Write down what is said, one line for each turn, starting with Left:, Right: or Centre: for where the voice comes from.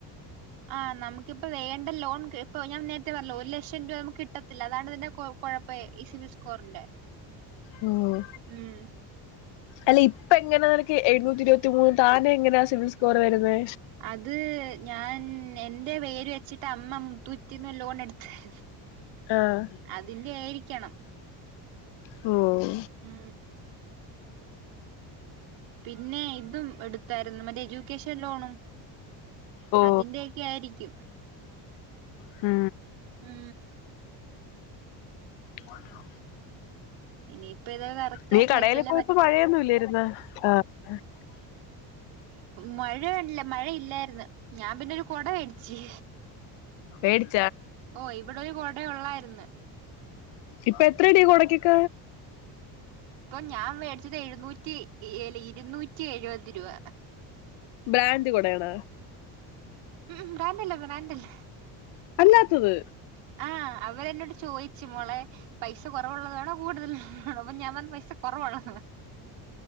Right: ആ നമുക്കിപ്പ വേണ്ട ലോൺ ഇപ്പൊ ഞാൻ നേരത്തെ പറഞ്ഞല്ലോ ഒരു ലക്ഷം രൂപ നമുക്ക് കിട്ട ത്തില്ല അതാണ് ഇതിന്റെ കൊ കൊഴപ്പം ഈ സിബിൽസ്കോറിന്റെ
Left: ഉം
Right: ഉം
Left: അല്ല ഇപ്പ എങ്ങനെ നിനക്ക് എഴുന്നൂറ്റിരുപത്തി മൂന്ന് താനെ യിങ്ങനെ സിബിൽ സ്കോർ വരുന്നെ
Right: അത് ഞാൻ എന്റെ പേര് വെച്ചിട്ട് അമ്മ മു തുുറ്റിന്ന് ലോൺ എടുത്തരുന്നു
Left: ആഹ്
Right: അതിന്റെ ആയിരിക്കണം
Left: മ്മ്
Right: ഉം പിന്നെ ഇതും എടുത്തായിരുന്നു മറ്റേ എജ്യൂക്കേഷൻ ലോണും
Left: ഓ
Right: അതിന്റെൊക്കെ ആയിരിക്കും
Left: ഹം
Right: ഉം
Left: ഒന്ന
Right: ഇനിയിപ്പ ഇത് കറക്റ്റ്
Left: നീ
Right: ആയിട്ട്
Left: കടൽ
Right: വെച്ചല്ലേ
Left: പോയപ്പോ
Right: പറ്റത്തു
Left: മഴയൊന്നും ഇല്ലരുന്ന ആ ഉം
Right: മഴയണല്ല മഴ ഇല്ലായിന്ന് ഞാൻ പിന്നെരു കൊട മേടിച്ചേ
Left: മേടി
Right: ഓ ഇവിടെ ഒരു കുട ഉള്ളായിര് ന്ന്
Left: ഇപ്പൊ എത്ര അടയാ കൊടക്കക്ക
Right: ഇപ്പൊ ഞാൻ മേടിച്ചത് എഴുന്നൂറ്റി ഏ ഇരുന്നൂറ്റി എഴുപത് രൂപ
Left: ബ്രാൻഡ് കൂടെയണ
Right: ഉം ബ്രാഡല്ല ബ്രാഡല്ല
Left: അല്ലാത്തത്
Right: ആ അവര എന്നോട്ട് ചോദിച്ചു മോളെ പൈസ കുറവുള്ളത് വേണോ കൂടുതല വേണം അപ്പൊ ഞാൻ വന്ന പൈസ കുറവുള്ളത്